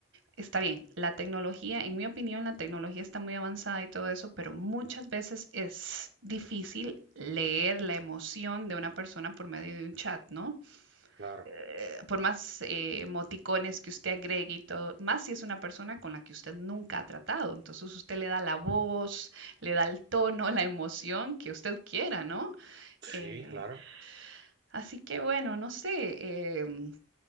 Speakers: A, on the right; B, on the right.
A: está bien, la tecnología, en mi opinión, la tecnología está muy avanzada y todo eso, pero muchas veces es difícil leer la emoción de una persona por medio de un chat, ¿no?
B: Claro,
A: eh, por más eh, emoticones que usted agregue y todo, más si es una persona con la que usted nunca ha tratado. Entonces usted le da la voz, le da el tono, la emoción que usted quiera, ¿no?
B: sí,
A: Eh,
B: claro.
A: así que bueno, no sé, em,